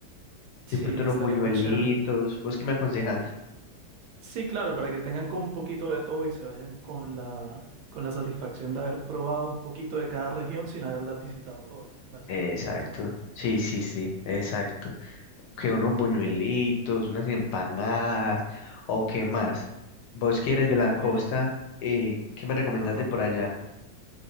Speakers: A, on the right; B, on the left.
A: Sí,
B: siempre tú
A: estaría
B: unos buñuelitos.
A: muy chévere.
B: ¿Vos qué me aconsejas?
A: Sí, claro, para que tengan con un poquito de todo y se vayan con la, con la satisfacción de haber probado un poquito de cada región sin haberlas visitado todas. Básicamente
B: Exacto.
A: eso, ¿no?
B: Sí, sí, sí, exacto. Que unos buñuelitos, unas empanadas, o qué más. ¿Vos
A: Yo
B: quieres
A: pienso
B: de la costa?
A: que,
B: Eh, ¿qué me recomendás
A: ajá.
B: de por allá?